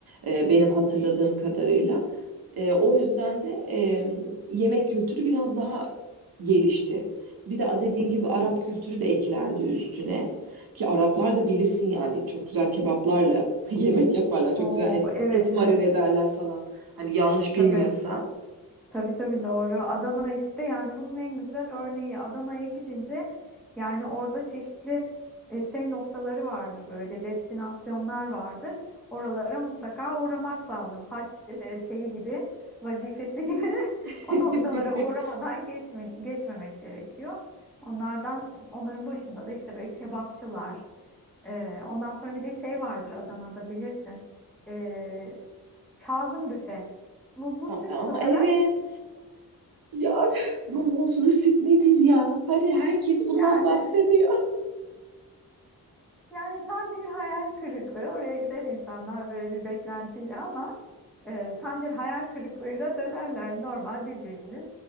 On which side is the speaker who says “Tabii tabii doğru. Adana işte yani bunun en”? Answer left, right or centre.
Centre